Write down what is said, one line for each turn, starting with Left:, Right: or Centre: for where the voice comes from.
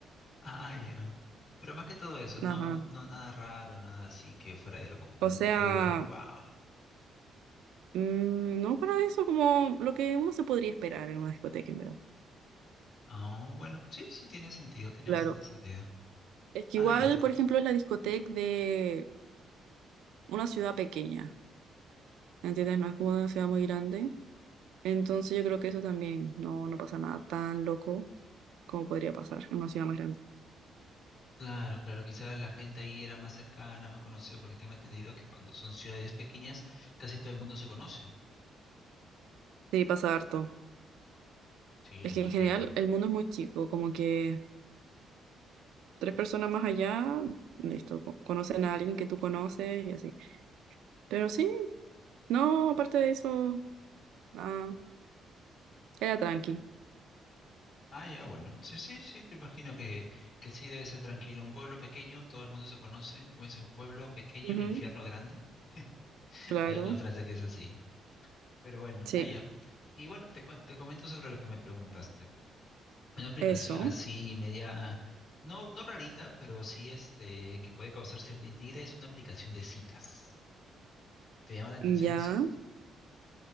Left: Ah, ya. Pero más que todo eso, no,
Right: Ajá.
Left: no nada raro, nada así que fuera de lo común,
Right: O sea,
Left: que uno diga, wow.
Right: mm, no para eso como lo que uno se podría esperar en una discoteca, en verdad.
Left: Ah, bueno, sí, sí tiene sentido, tiene
Right: Claro.
Left: bastante sentido.
Right: Es que
Left: Ah,
Right: igual,
Left: ya.
Right: por ejemplo, es la discoteca de una ciudad pequeña, ¿entiendes? No es como una ciudad muy grande. Entonces yo creo que eso también no, no pasa nada tan loco como podría pasar en una ciudad más grande.
Left: Claro, claro, quizás la gente ahí era más cercana, más conocida, porque tengo entendido que cuando son ciudades pequeñas, casi todo el mundo se conoce.
Right: Sí, pasa harto.
Left: Sí,
Right: Es
Left: lo imagino.
Right: que en general el mundo es muy chico, como que tres personas más allá, listo, co- conocen a alguien que tú conoces y así. Pero sí, no, aparte de eso, nada, era tranqui.
Left: Ah, ya, bueno. Sí, sí, sí, lo imagino que, que sí debe ser tranquilo. Un pueblo pequeño, todo el mundo se conoce. Como dicen, pueblo pequeño,
Right: Ujú,
Left: infierno grande. <laughs>
Right: claro,
Left: Hay una frase que es así. Pero bueno,
Right: sí,
Left: ahí ya. Y bueno, te, cuen- te comento sobre lo que me preguntaste. Una aplicación
Right: eso,
Left: así media, no, no rarita, pero sí este, que puede causar cierta intriga es una aplicación de citas. ¿Te llama la atención
Right: ya.
Left: eso?